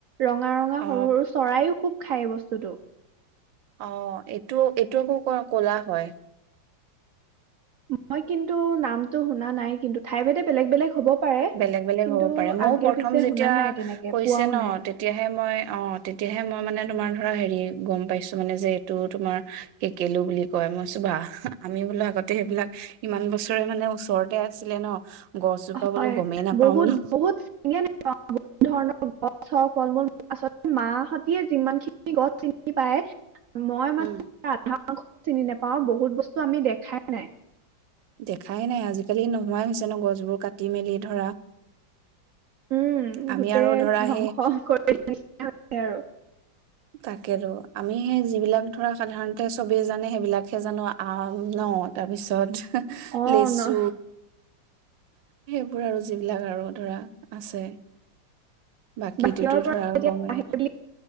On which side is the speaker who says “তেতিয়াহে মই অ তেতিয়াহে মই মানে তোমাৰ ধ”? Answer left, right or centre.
Right